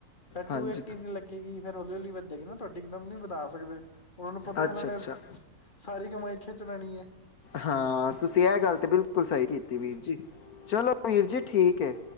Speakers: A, on the left; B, on the left.
A: ਫਿਰ
B: ਹਾਂਜੀ
A: ਟੂ ਏਟੀ ਦੀ ਲੱਗੇਗੀ ਫੇਰ ਹੌਲੀ ਹੌਲੀ ਵ ਨਾ ਤੁਹਾਡੀ ਇੱਕਦਮ ਨੀ ਵਦਾ ਸਕਦੇ ਉਹਨਾਂ ਨੂੰ ਪਤਾ
B: ਅੱਛਾ
A: ਇਹਨਾਂ ਨੇ
B: ਅੱਛਾ
A: ਸਾਰੀ ਕਮਾਈ ਖਿੱਚ ਲਣੀ ਹੈ
B: ਹਾਂ ਤੁਸੀਂ ਇਹ ਤੇ ਬਿਲਕੁਲ ਗੱਲ ਸਹੀ ਕੀਤੀ ਵੀਰ ਜੀ ਚਲੋ ਵੀਰ ਜੀ ਠੀਕ ਹੈ